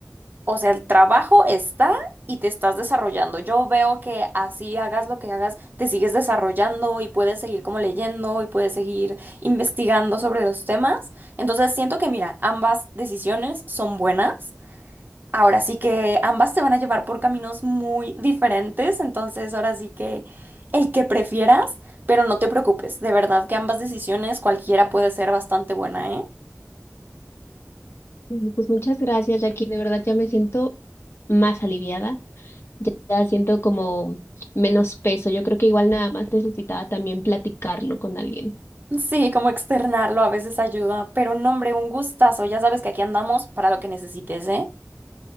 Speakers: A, on the right; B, on the left.
A: o sea, el trabajo está y te estás desarrollando. Yo veo que así hagas lo que hagas, te sigues desarrollando y puedes seguir como leyendo y puedes seguir investigando sobre los temas. Entonces, siento que, mira, ambas decisiones son buenas. Ahora sí que ambas te van a llevar por caminos muy diferentes, entonces ahora sí que el que prefieras, pero no te preocupes, de verdad que ambas decisiones cualquiera puede ser bastante buena, ¿eh?
B: Bueno, Pues muchas gracias, Jackie. De verdad ya me siento más aliviada. Ya, ya siento como menos peso. Yo creo que igual nada más necesitaba también platicarlo con alguien.
A: Sí, como externarlo a veces ayuda, pero no, hombre, un gustazo, ya sabes que aquí andamos para lo que necesites, ¿eh?